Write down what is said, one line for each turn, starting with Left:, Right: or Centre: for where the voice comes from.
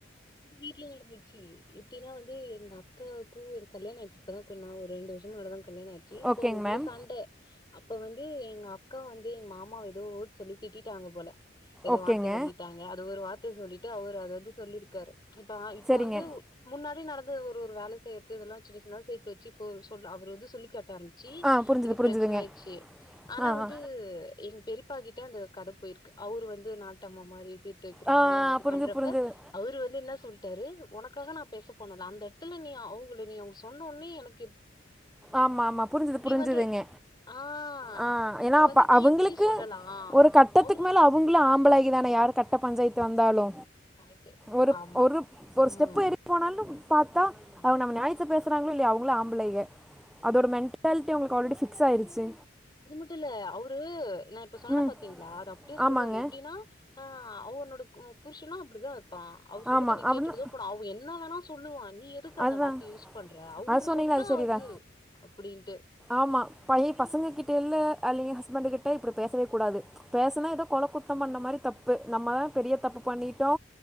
Left: இது வீட்ல நடந்துச்சு எப்டின்னா வந்து எங்க அக்காவுக்கு ஒரு கல்யாணோ ஆச்சு இப்பதா கொஞ்ச நா ஒரு ரெண்டு வருஷோ முன்னாடி தா கல்யாணோ ஆச்சு அப்ப
Centre: ஓகேங்க
Left: அவங்களுக்குள்ள
Centre: மேம்
Left: சண்ட அப் ப வந்து எங்க அக்கா வந்து எங்க மாமா எதோ ஒர்ட் சொல்லி திட்டிட்டாங்க போல எதோ
Centre: ஓகேங்க
Left: வார்த்த சொல்லிட்டா எதோ ஒரு வார்த்த சொல்லிட்டு அவரு அத வந்து சொல்லிருக்காரு இப்ப ஆ இப்ப
Centre: சரிங்க
Left: வந்து முன்னாடி நடந்தது ஒரு ஒரு வேல செய்றது இதல்லா சின்ன சின்னதா சேத்து வெச்சி இப்ப ஒரு சொல் அவரு வந்து சொல்லி காட்டாரம் ச்சி
Centre: ஆ புரிஞ்சுது
Left: இது
Centre: புரிஞ்சுதுங்க
Left: பிரச்சன ஆயிருச்சி அனா
Centre: ஆ
Left: வந்து
Centre: ஆ.
Left: எங் பெரிப்பாகிட்ட அந்த கத போயிருக்கு அவுரு வந்து நாட்டம்மா மாரி இது <unintelligible> வெக்கற
Centre: ஆ
Left: மாரி அவரு
Centre: புரிஞ்சுது
Left: பண்றப்ப
Centre: புரிஞ்சுது
Left: அவரு வந்து என்ன சொல்ட்டாரு உனக்காக நா பேச போன அந்த எத்துல நீ அவுங்கள நீ அவு சொன்னுன்னே எனக்
Centre: ஆமாம்மா புரிஞ்சிது புரிஞ்சிதுங்க
Left: வந்து ஆ
Centre: ஆ
Left: அப்ப
Centre: ஏனா அப்பா
Left: வந்து நீ
Centre: அவுங்களுக்கு
Left: எப்டி சொல்லலா
Centre: ஒரு கட்டத்துக்கு
Left: அவரு
Centre: மேல அவுங்களு ஆம்பளைக தான யாரு கட்ட பஞ்சாய்த்து வந்தாலு
Left: கரெக்ட்டு
Centre: ஒருப்
Left: ஆமா
Centre: ஒருப் ஒரு
Left: ம்
Centre: ஸ்டெப் ஏறி போனாலும் பாத்தா அவ நம்ம ஞாயத்த பேசறாங்களோ இல்லயோ அவங்களு ஆம்பளைக அதோட மெண்டால்ட்டி
Left: ம்
Centre: உங்களுக்கு ஆல்ரெடி பிக்ஸ் ஆயிருச்சி
Left: அது மட்டு இல்ல அவ்ரு நா இப்ப சொன்னே
Centre: ம்
Left: பா்த்தீங்ளா அத அப்டியே சொல்றாரு
Centre: ஆமாங்க
Left: எப்டின்னா ஆ அவோ உன்னோட க புருஷனு அப்டிதா இருப்பா அவர் சொல்றத
Centre: ஆமா
Left: நீ
Centre: அப்டின்னு
Left: கேட்டுதா போனு அவ் என்ன வேணா சொல்லுவா நீ எத் எதுக்கு அந்த
Centre: அதுதா
Left: வார்த்தைய யூஸ் பண்ற அவரு
Centre: அது சொன்னீங்களே
Left: சொன்னா
Centre: சரிதா
Left: அது அப்டின்ட்டு
Centre: ஆமா பைய பசங்கக்கிட்ட இல்ல அல்லி ஹஸ்பண்ட கிட்ட இப்டி பேசவே கூடாது பேசுனா ஏதோ கொல குத்தோ பண்ண மாதிரி தப்பு நம்மதா பெரிய தப்பு பண்ணிட்டோ